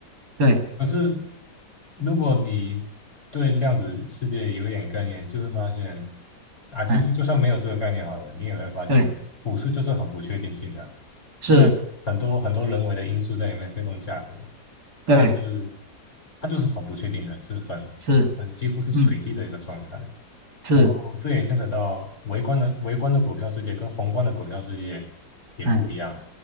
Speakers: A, on the right (about 70°); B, on the left (about 45°).
A: 对，
B: 可是如果你对量子世界有一点概念，就会发现啊，其实就算没有这个概念好了，
A: 哎
B: 你也会发现股市就是很不确定性的。
A: 对，是，
B: 虽然很多很多人为的因素在里面推动价格，
A: 对
B: 但是它就是很不确定的，是很很很几乎是随机的一个状态。
A: 是，嗯是，
B: 然后这也牵扯到微观的微观的股票世界跟宏观的股票世界也不一样。
A: 哎